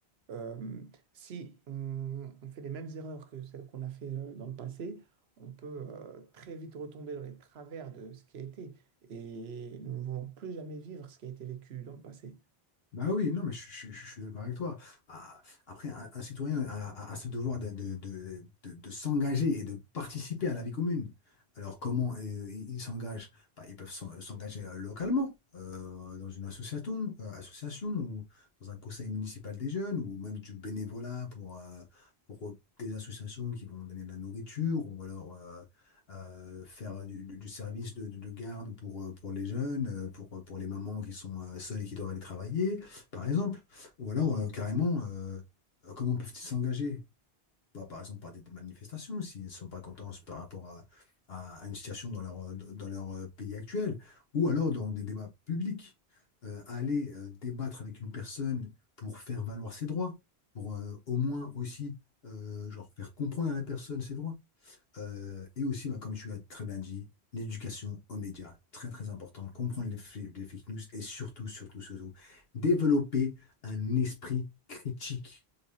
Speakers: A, on the right (about 75°); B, on the left (about 65°).
A: euh, si on, on fait les mêmes erreurs que celles qu'on a fait euh, dans le passé, on peut euh, très vite retomber dans les travers de ce qui a été. Et nous ne voulons plus jamais vivre ce qui a été vécu dans le passé.
B: Bah oui, non, mais je, je- je- je suis d'accord avec toi. Ah, Après, un, un citoyen a, a- a ce devoir de, de, de, de- de s'engager et de participer à la vie commune. Alors, comment euh, ils ils s'engagent? Bah, ils peuvent s'en- s'engager euh, localement, euh, dans une association, euh, association ou dans un conseil municipal des jeunes, ou même du bénévolat pour, euh, pour des associations qui vont donner de la nourriture, ou alors euh, euh, faire du, du- du service de, de- de garde pour, euh, pour les jeunes, euh, pour, pour les mamans qui sont euh, seules et qui doivent aller travailler par exemple. Ou alors, euh, carrément, euh, euh, comment peuvent-ils s'engager? Bah, par exemple, par des des manifestations, s'ils ne sont pas contents par rapport à, à- à une situation dans leur, euh, dans leur euh, pays actuel, ou alors dans des débats publics. Euh, aller euh, débattre avec une personne pour faire valoir ses droits, pour euh, au moins aussi euh, genre, faire comprendre à la personne ses droits. Euh, et aussi, bah, comme tu l'as très bien dit, l'éducation aux médias, très très important, comprendre les, fa- les fake news et surtout, surtout, surtout, développer un esprit critique.